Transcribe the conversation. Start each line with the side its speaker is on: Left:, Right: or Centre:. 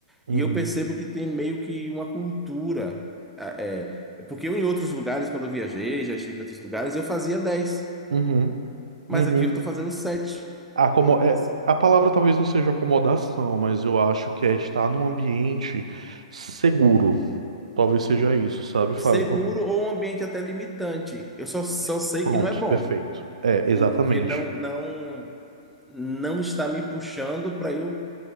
Right: Uhum.
Centre: E eu percebo que tem meio que uma cultura, é, é, porque eu em outros lugares, quando eu viajei, já estive em outros lugares, eu fazia dez
Right: Uhum.
Centre: mas
Right: Uhum.
Centre: aqui eu estou fazendo sete
Right: Ah, Acomo-
Centre: Então,
Right: é,
Centre: assim,
Right: a palavra talvez não seja acomodação, mas eu acho que é estar num ambiente seguro. Talvez seja isso, sabe, Fábio?
Centre: seguro ou um ambiente até limitante. Eu só, só
Right: Isso.
Centre: sei
Right: Pronto,
Centre: que não é bom,
Right: perfeito. É, exatamente.
Centre: porque não não não está me puxando para eu